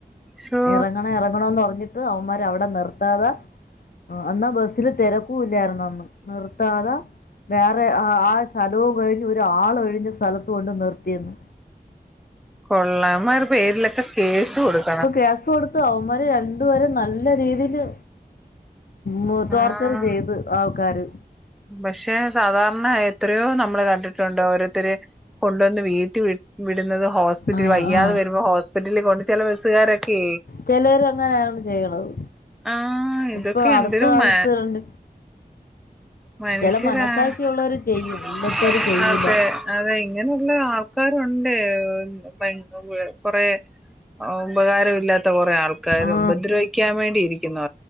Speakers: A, in the centre; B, on the left (about 65°).
A: ശോ
B: ഇറങ്ങ ങ്ങണംഇറങ്ങ ണോന്ന്പറഞ്ഞിട്ട് അവന്മാര് അവിടെ നിർത്താതഎന്നാ ബസ്സില് തെര ക്കുഇല്ലായിരുന്ന അന്ന് നിർത്താതെ വേറെ ആ സ്ഥലവും കഴിഞ്ഞ് ഒരാ ള്ഒഴിഞ്ഞ സ്ഥലത്ത കൊണ്ട് നിർത്തിയ ന്ന്
A: കൊള്ളാ ന്മാരെ പേരിലൊക്കെ കേസ് കൊടുക്ക
B: ഇപ്പ കേസ് കൊടുത്ത്ആവന്മാര് രണ്ടുപേരെ നല്ല രീതിയില് മ്ടോർച്ചർ
A: ആ
B: ചെയ്ത് ആൾക്കാര്
A: പക്ഷെ സാധാരണ എത്രയോ നമ്മള് കണ്ടിട്ടുണ്ട് ഓരോരുത്തര് കൊണ്ടന്ന് വീഴ്‌ത്തി വിടുന്നതും ഹോസ്പിറ്റില്
B: ആ
A: വയ്യാതെ
B: ആ
A: വരുമ്പോ ഹോസ്പിറ്റലിൽ കൊണ്ട് ചെല ബസ്സുകാരൊക്കെ
B: ചെലര് അങ്ങനെയാണ് ചെയ്യണത്
A: ആഹ് ഇതൊക്കെ
B: ഇപ്പൊ അടുത്ത
A: എന്തൊരു
B: കാലത്ത്
A: മ
B: രണ്ട്
A: മന്‌ഷ്യരാഅതെ
B: ചില മനസാക്ഷിയുള്ളവർ ചെയ്യും ഇല്ലാത്തവർ ചെയ്യൂല
A: അതെ ഇങ്ങനെയുള്ള ആൾക്കാരുണ്ട് മന്ഷ്കൊറെ ഉപകാരമില്ലാത്ത കുറെആൾക്കാരും
B: ആ
A: ഉപദ്രവിക്കാൻ വേണ്ടിയിരിക്കുന്ന